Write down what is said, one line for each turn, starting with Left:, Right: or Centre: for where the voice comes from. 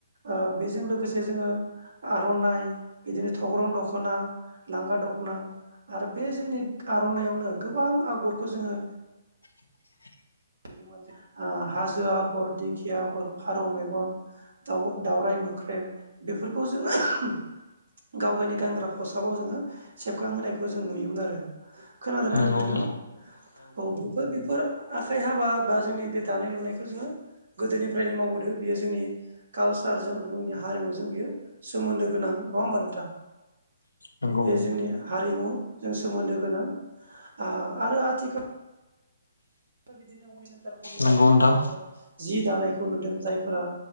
Right: ओ बेजों लोगोसे जोङो आर'नाइ बिदिनो थग्रं दख'ना लांगा दख'ना आरो बे जोंनि आर'नाइावनो गोबां आगरखौ जोङो
Left: <inaudible>
Right: नुयोमोन जे हाजो आगर दिंखिया आगर फारौ मेगन दाव-दावराय मोख्रेब बेफोरखौ जोङो गाव गावनि गानग्रा खसाबाव जोङो सेबखां होनोनायखौ जों नुयोमोन आरो खोनादोंना
Left: नंगौ
Right: नोंथाङा
Left: नोंथां
Right: औ बेफोर बेफोर आखाइ हाबा बा जोंनि बे दानाय लुनायखौ जोङो गोदोनिफ्रायनो मावबोदो बेयो जोंनि कालसारजों जोंनि हारिमुजों बियो सोमोन्दो गोनां नङा होमबा नोंथां
Left: नंगौ
Right: बे जोंनि हारिमुजों सोमोन्दो गोनां आ आरो आथिखाल बिदिनो वइभिं सेन्टार खुलिनानै
Left: नंगौ नोंथां
Right: दिनै जोङो जि दानायखौ नुदों जायफोरा